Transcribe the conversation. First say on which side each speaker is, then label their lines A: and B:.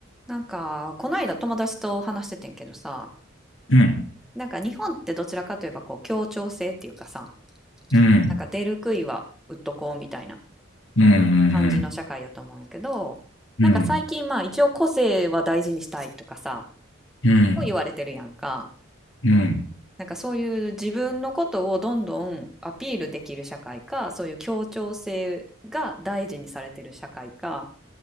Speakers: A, in the centre; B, on the left.
A: なんか、この間友達と話しててんけどさ、
B: うん、
A: なんか日本ってどちらかといえばこう協調性っていうかさ、
B: うん、
A: なんか出る杭は打っとこうみたいな
B: うん、うん、
A: 感じの社会やと思うんやけど、
B: うん、
A: なんか最近まあ一応個性は大事にしたいとかさ、
B: うん、
A: も言われてるやんか。
B: うん、
A: なんかそういう自分のことをどんどんアピールできる社会か、そういう協調性が大事にされてる社会か、